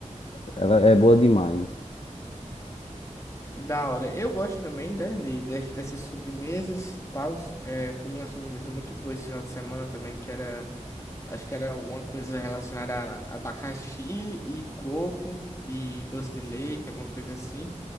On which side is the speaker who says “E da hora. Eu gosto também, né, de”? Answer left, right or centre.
Left